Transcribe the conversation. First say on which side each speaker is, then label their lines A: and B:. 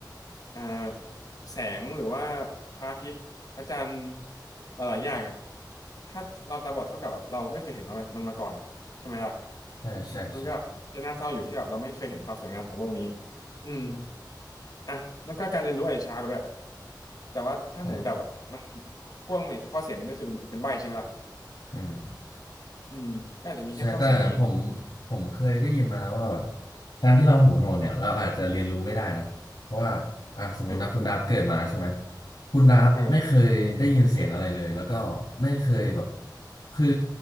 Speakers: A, on the left; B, on the left.
A: อ่าแสงหรือว่าพระอาทิตย์พระจันทร์หลายๆอย่างอ่ะถ้าเราตาบอดเท่ากับแบบเราไม่เคยเห็นมันมันมาก่อนอะใช่ไหมล่ะ
B: ใช่ใช่ใช่
A: มันก็จะน่าเศร้าอยู่ที่แบบเราไม่เคยเห็นความสวยงามของโลกนี้อืม อ่ะแล้วก็การเรียนรู้อาจจะช้ากว่าด้วยแต่ว่าถ้าหูดับอ่ะมัน
B: ใช่
A: พ่วงมาอีกข้อเสียหนึงก็คือเป็นเป็นใบ้ใช่ไหมล่ะ
B: อืม
A: อืมก็อาจจะมีแค่ข้อเสียนี้
B: ใช่แต่ผมผมเคยได้ยินมาแล้วว่าแบบการที่เราหูหนวกเนี่ยเราอาจจะเรียนรู้ไม่ได้นะเพราะว่าอ่ะสมมตินะคุณดาบเกิดมาใช่ไหม
A: เออ
B: คุณดาบไม่เคยได้ยินเสียงอะไรเลยแล้วก็ไม่เคยแบบ
A: เออ
B: คือ